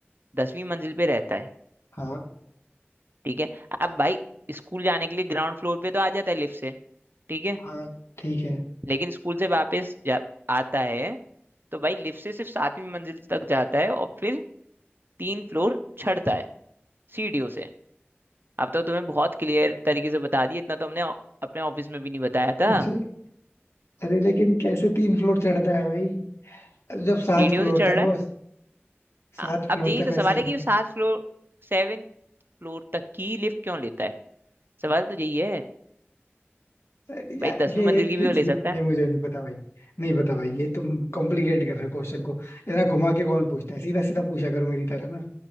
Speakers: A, on the right; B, on the left.
A: दसवीं मंजिल पे रहता है
B: हाँ
A: ठीक है अब भाई स्कूल जाने के लिए ग्राउंड फ्लोर पे तो आ जाता है लिफ्ट से ठीक है
B: हाँ ठीक है
A: लेकिन स्कूल से वापस जब आता है तो भाई लिफ्ट से सिर्फ सातवीं मंजिल तक जाता है और फिर तीन फ्लोर चढ़ता है सीढ़ियों से अब तो तुम्हें बहुत क्लियर तरीके से बता दिया इतना तो हमने ऑ- अपने ऑफिस में भी नहीं बताया था
B: <laughs> अरे अरे लेकिन कैसे तीन फ्लोर चढ़ता है भाई जब सात
A: सीढ़ियों
B: फ्लोर
A: से चढ़
B: तक
A: रहा
B: हो
A: है अ-
B: सात
A: अब
B: फ्लोर
A: यही
B: तक
A: तो
B: वैसे
A: सवाल है
B: गया
A: कि वो सात फ्लोर सेवन फ्लोर तक की लिफ्ट क्यों लेता है सवाल तो यही है
B: अरे यार
A: भाई दसवीं
B: ये
A: मंजिल की भी
B: ये
A: तो ले सकता है
B: ये मुझे नहीं पता भाई नहीं पता भाई ये तुम कॉम्प्लिकेट कर रहे हो क्वेश्चन को इतना घुमा के कौन पूछता है सीधा सीधा पूछा करो मेरी तरह ना